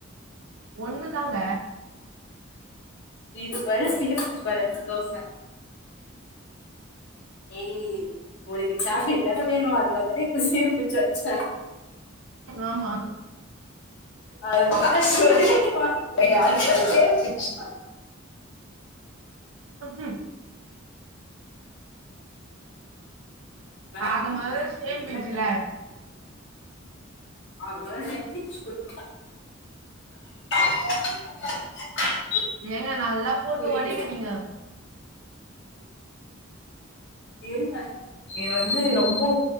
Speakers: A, on the right; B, on the left.
A: ஒண்ணு தாங்க
B: இதுக்கு வேற சேம் பின்ச் வேற தோச ஏய் உனக்கு சாக்லேட் தான வேணு அதனால தான இப்ப சேம் பின்ச் வெச்ச
A: ஆமா
B: அது தான சொல்லிட்டு வாங்கிகோ அதுக்கு எதுக்கு சேம் பின்ச்
A: <unintelligible>
B: வேற
A: ஆக முதல்ல
B: இல்ல. உங்க
A: சேம்
B: இதெல்லாம்
A: பின்ச்சுல
B: பண்ணு. ஆக முதல்ல சேம் பின்ச் கொடுக்கணு <inaudible>
A: ஏங்க நல்லா போட்டு
B: புரியுது
A: உடைங்க நீங்க
B: இருங்க இது வந்து ரொம்போ